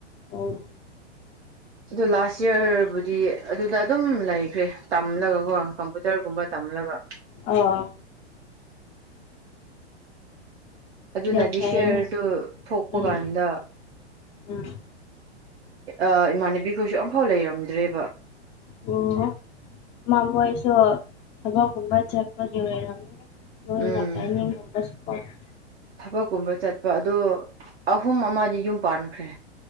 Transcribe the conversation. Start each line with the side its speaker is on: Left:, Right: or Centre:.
Left: ꯑꯣ
Right: ꯑꯗꯨ ꯂꯥꯁ ꯏꯌꯔꯕꯨꯠ ꯗꯤ ꯑꯗꯨꯗ ꯑꯗꯨꯝ ꯂꯩꯈ꯭ꯔꯦ ꯇꯝꯂꯒꯀꯣ ꯀꯝꯄꯨꯇꯔꯒꯨꯝꯕ ꯇꯝꯂꯒ
Left: ꯑ
Right: ꯑꯗꯨꯅꯗꯤ
Left: ꯌꯥꯝ ꯐꯩꯌꯦꯅꯦ
Right: ꯁꯤꯌꯔꯗꯨ ꯊꯣꯛꯄ
Left: ꯎꯝ
Right: ꯀꯥꯟꯗ
Left: ꯎꯝ
Right: ꯑ ꯏꯃꯥꯟꯅꯕꯤꯈꯣꯏꯁꯨ ꯑꯝꯐꯥꯎ ꯂꯩꯔꯝꯗ꯭ꯔꯦꯕ
Left: ꯑꯣ ꯃꯃꯣꯏꯁꯨ ꯊꯕꯛꯒꯨꯝꯕ ꯆꯠꯄꯒꯤ ꯑꯣꯏꯔꯝꯅꯤ ꯃꯣꯏꯅ
Right: ꯎꯝ
Left: ꯀꯥꯏꯅꯤꯡꯒꯨꯝꯕ <unintelligible>
Right: ꯊꯕꯛꯀꯨꯝꯕ ꯆꯠꯄ ꯑꯗꯣ ꯑꯍꯨꯝ ꯑꯃꯗꯤ ꯌꯨꯝ ꯄꯥꯟꯈ꯭ꯔꯦ